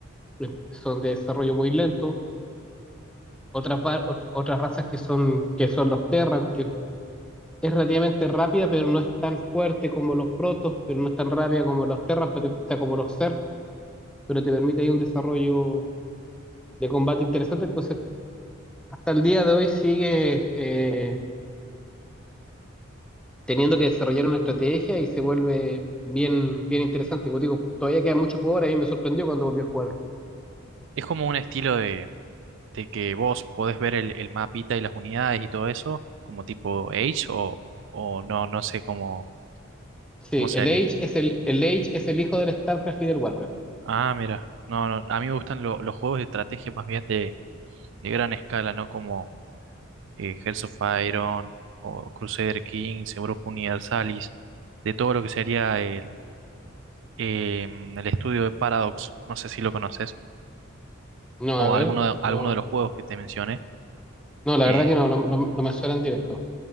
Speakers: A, in the centre; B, on the right.
A: eh, son de desarrollo muy lento. Otras, va- ot- otras razas que son, que son los Terran, que es relativamente rápida, pero no es tan fuerte como los Protos, pero no es tan rápida como los Terran, pero, o sea, como los Zerg, pero te permite ahí un desarrollo de combate interesante, entonces hasta el día de hoy sigue eh, teniendo que desarrollar una estrategia y se vuelve bien, bien interesante. Como digo, todavía quedan muchos jugadores y me sorprendió cuando volvió a jugar.
B: es como un estilo de, de que vos podés ver el, el mapita y las unidades y todo eso, como tipo Age o, o no, no sé cómo,
A: Sí,
B: cómo sería.
A: el Age es el, el Age es el hijo del StarCraft y del WarCraft.
B: Ah, mira, no, no, a mí me gustan lo- los juegos de estrategia más bien de, de gran escala, ¿no? Como eh, Hearts of Iron o Crusader Kings, Europa Universalis, de todo lo que sería el, em, el estudio de Paradox, no sé si lo conoces,
A: No,
B: o
A: a ver,
B: alguno de, alguno
A: no,
B: de los juegos que te mencioné,
A: no, la
B: eh,
A: verdad que no, no, no- no me suena en directo.